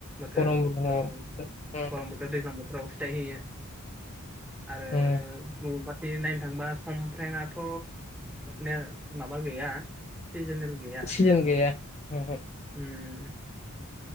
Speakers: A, in the centre; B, on the left.
A: बोथोर
B: गरम बोथोराव
A: फ्राव
B: उम
A: गरम बोथोर दैज्लां बोथोराव फिथाय होयो आरो
B: उम
A: गुबुन बे नायनो थांबा समफ्रेंआथ' ने माबा गैया। सिजोनेल गैया
B: सिजेन गैया। ओंहो।
A: उम